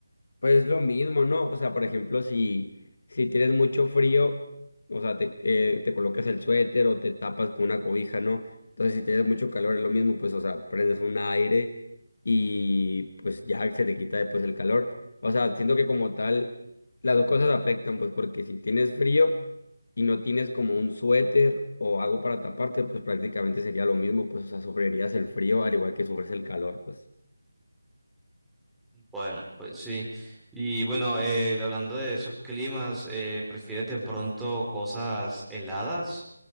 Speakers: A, on the left (about 50°); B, in the centre.
A: Pues lo mismo, ¿no? O sea, por ejemplo, si, si tienes mucho frío, o sea, te, eh, te colocas el suéter o te tapas con una cobija, ¿no? Entonces, si tienes mucho calor, es lo mismo, pues, o sea, prendes un aire y pues ya se te quita después el calor. O sea, siento que como tal, las dos cosas afectan, pues, porque si tienes frío y no tienes como un suéter o algo para taparte, pues prácticamente sería lo mismo, pues, o sea, sufrirías el frío al igual que sufres el calor, pues.
B: Bueno, pues sí. Y bueno, eh, hablando de esos climas, eh, ¿prefieres de pronto cosas heladas,